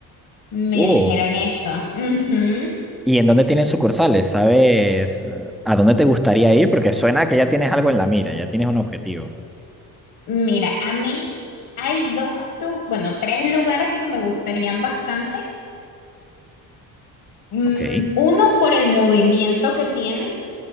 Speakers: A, on the left; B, in the centre.
A: Me
B: oh.
A: dijeron eso. Ujú.
B: ¿Y en dónde tienen sucursales? ¿Sabes eh, a dónde te gustaría ir? Porque suena que ya tienes algo en la mira, ya tienes un objetivo.
A: Mira, a mí hay dos, lu- bueno, tres lugares que me gustarían bastante. Mm,
B: Ok,
A: uno por el movimiento que tiene,